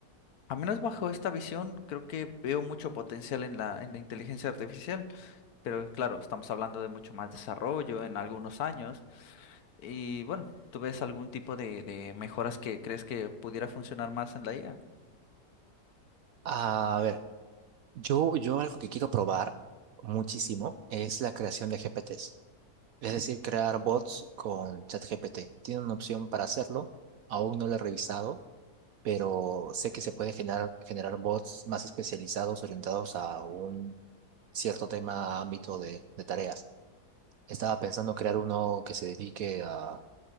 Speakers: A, on the left; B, on the right.
A: a menos bajo esta visión, creo que veo mucho potencial en la, en la inteligencia artificial, pero claro, estamos hablando de mucho más desarrollo en algunos años y bueno, ¿tú ves algún tipo de, de mejoras que crees que pudiera funcionar más en la IA?
B: A ver, yo, yo algo que quiero probar muchísimo es la creación de GPTs, es decir, crear bots con ChatGPT. Tiene una opción para hacerlo, aún no lo he revisado, pero sé que se puede generar, generar bots más especializados, orientados a un cierto tema, ámbito de, de tareas. Estaba pensando crear uno que se dedique a,